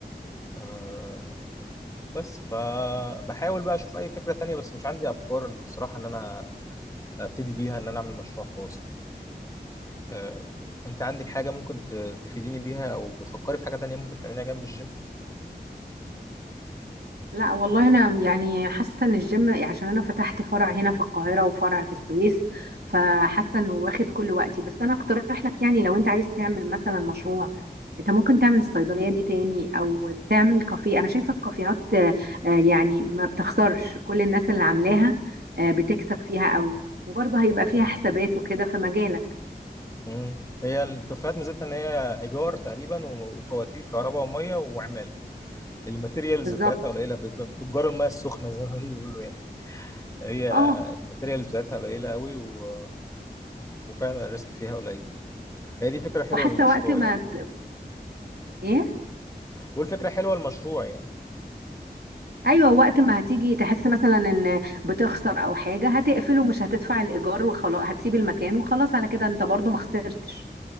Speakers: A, on the left; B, on the right.
A: آه، بس فبحاول بقى اشوف اي فكره تانية بس مش عندي افكار إن الصراحه ان انا ابتدي بيها ان انا اعمل مشروع خاص آه، انت عندك حاجه ممكن ت- تفيديني بيها او بتفكري في حاجه تانية ممكن تعمليها جنب الجيم
B: لا والله انا يعني حاسه ان الجيم يعني عشان انا فتحت فرع هنا في القاهره وفرع في السويس فحاسه انه واخد كل وقتي بس انا اقترح لك يعني لو انت عايز تعمل مثلا مشروع انت ممكن تعمل الصيدليه دي تاني او تعمل كافيه انا شايفه الكافيهات آه، آه، يعني ما بتخسرش كل الناس اللي عاملاها آه، بتكسب فيها قوي وبرضه هيبقى
A: بالظبط
B: فيها حسابات وكده في مجالك
A: مم. هي الكافيهات ميزتها ان هي ايجار تقريبا وفواتير كهرباء وميه وعماله الماتيريالز
B: بالظبط
A: بتاعتها قليله بت- بتجار الميه السخنه زي ما بيقولوا يعني هي
B: اه
A: الماتيريالز بتاعتها قليله قوي و... وفعلا الريسك فيها قليل هي دي فكره حلوه
B: وحاسه
A: للمشروع
B: وقت ما
A: يعني
B: ت... ايه
A: بقول فكره حلوه للمشروع يعني
B: ايوه وقت ما هتيجي تحس مثلا ان بتخسر او حاجه هتقفله مش هتدفع الايجار وخلاص هتسيب المكان وخلاص على كده انت برضو ما خسرتش